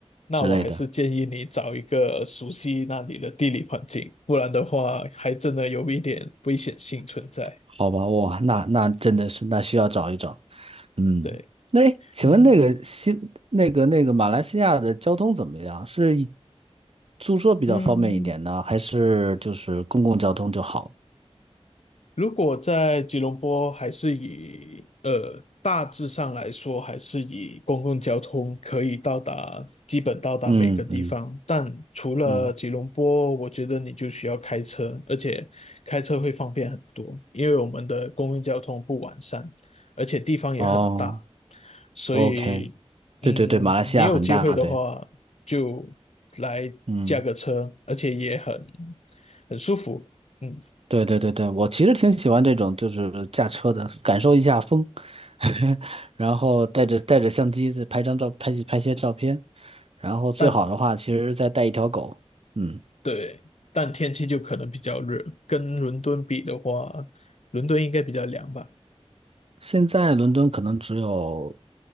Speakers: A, on the left (about 75°); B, on the right (about 60°).
A: 那我还是建议你找一个熟悉那里的地理环境，
B: 之类的？
A: 不然的话还真的有一点危险性存在。
B: 好吧，哇，那那真的是，那需要找一找。嗯，
A: 对，
B: 那诶请问那个西那个那个马来西亚的交通怎么样？
A: 嗯
B: 是以租车比较方便一点呢，
A: 嗯，
B: 还是就是公共交通就好？
A: 如果在吉隆坡还是以呃大致上来说，还是以公共交通可以到达，基本到达每个地方。
B: 嗯嗯
A: 但除了吉隆坡，
B: 嗯，
A: 我觉得你就需要开车，而且开车会方便很多，因为我们的公共交通不完善，而且地方也很大，
B: 哦
A: 所以嗯，
B: ，OK，对对对，马来西亚很大，
A: 你有机会的话就
B: 对，
A: 来驾个车，
B: 嗯。
A: 而且也很很舒服。嗯。
B: 对对对对，我其实挺喜欢这种，就是驾车的，感受一下风，<laughs> 然后带着带着相机再拍张照，拍几拍些照片，然后最好的话，
A: 但
B: 其实再带一条狗。嗯，
A: 对，但天气就可能比较热，跟伦敦比的话，伦敦应该比较凉吧？
B: 现在伦敦可能只有